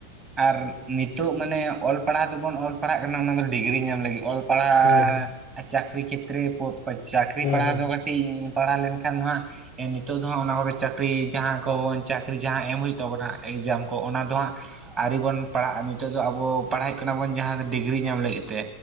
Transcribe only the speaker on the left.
ᱦᱮᱸ
ᱦᱮᱸ
ᱦᱮᱸ